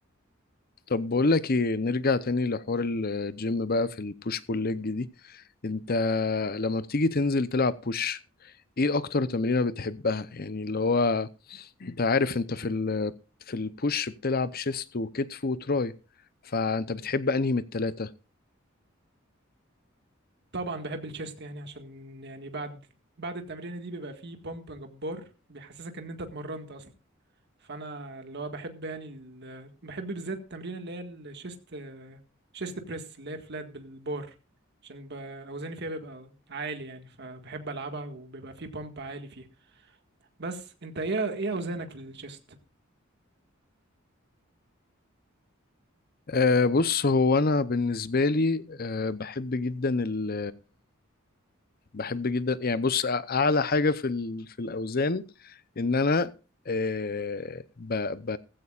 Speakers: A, on the left; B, on the right.
A: طب بقول لك ايه نرجع تاني لحوار الجيم بقى في البوش بول ليج دي انت لما بتيجي تنزل تلعب بوش ايه اكتر تمرينة بتحبها يعني اللي هو انت عارف انت في ال في البوش بتلعب شيست وكتف وتراي فانت بتحب انهي من التلاتة
B: طبعا بحب الشيست يعني عشان يعني بعد بعد التمرينه دي بيبقى فيه بامب جبار بيحسسك ان انت اتمرنت اصلا فانا اللي هو بحب يعني ال... بحب بالذات التمرين اللي هي الشيست شيست بريس اللي هي فلات بالبار عشان ب... اوزاني فيها بيبقى عالي يعني فبحب العبها وبيبقى فيه بامب عالي فيها بس انت ايه ايه اوزانك في الشيست
A: أه بص هو انا بالنسبة لي أه بحب جدا ال بحب جدا يعني بص أ- اعلى حاجة في ال في الاوزان ان انا آه، ب ب